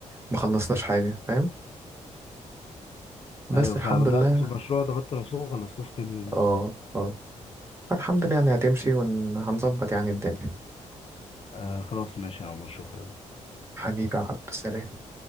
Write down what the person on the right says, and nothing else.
ما خلصناش حاجه فاهم بس
الحمد
لله
اه اه الحمد لله يعني هتمشي وهنظبط يعني الدنيا
حبيبي يا عبد السلام